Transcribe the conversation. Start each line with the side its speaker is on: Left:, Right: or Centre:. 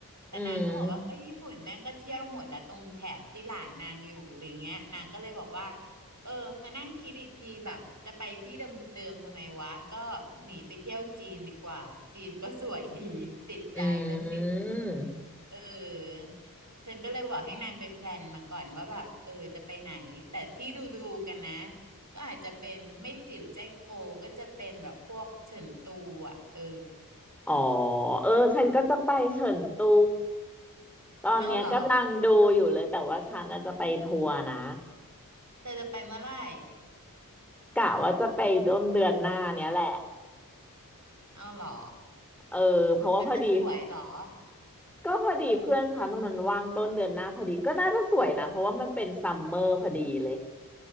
Right: แต่นางก็บอกว่าก็ญี่ปุ่นแม่งก็เที่ยวหมดแล้วตรงแถบที่หลานนางอยู่อะไรเงี้ยนางก็เลยบอกว่า
Centre: อืม
Right: เออมานั่งคิดอีกทีแบบจะไปที่เดิมๆทำไมวะก็หนีไปเที่ยวจีนดีกว่า จีนก็สวยดีติดใจเริ่มติด
Centre: อืม
Right: เออฉันก็เลยบอกให้นางไปแพลนมาก่อนว่าแบบเออจะไปไหนแต่ที่ดูดูกันนะ ก็อาจจะเป็นไม่จิ๋วใจโกก็จะเป็นแบบพวกเฉินตูอ่ะเออ
Centre: อ๋อเออฉันก็จะไปเฉินตูตอนเนี้ยกำลังดูอยู่เลยแต่ว่าฉันน่ะจะไปทัวร์นะ
Right: เอาเหรอเธอจะไปเมื่อไหร่
Centre: กะว่าจะไปต้นเดือนหน้าเนี้ยแหละ
Right: เอาเหรอ
Centre: เออเพราะว่าพอดี
Right: มันจะสวยเหรอ
Centre: ก็พอดีเพื่อนฉันน่ะมันว่างต้นเดือนหน้าพอดีก็น่าจะสวยนะเพราะว่ามันเป็นซัมเมอร์พอดีเลย